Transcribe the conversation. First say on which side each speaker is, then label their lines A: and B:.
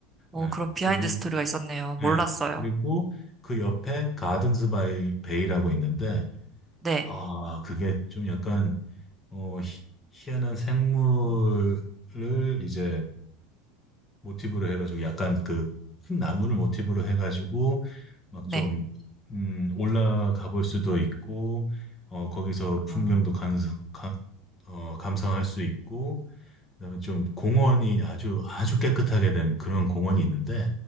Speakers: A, on the right; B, on the left.
A: 어,
B: 예,
A: 그런 비하인드
B: 그리,
A: 스토리가 있었네요. 몰랐어요.
B: 예, 그리고 그 옆에 가든스 바이 베이라고 있는데
A: 네,
B: 아 그게 좀 약간 어, 희, 희한한 생물을 이제 모티브로 해가지고 약간 그 큰 나무를 모티브로 해가지고 막
A: 네.
B: 좀, 음, 올라가 볼 수도 있고, 어, 거기서
A: 아,
B: 풍경도 감상, 가, 어, 감상할 수 있고, 그다음에 좀 공원이 아주 아주 깨끗하게 된 그런 공원이 있는데,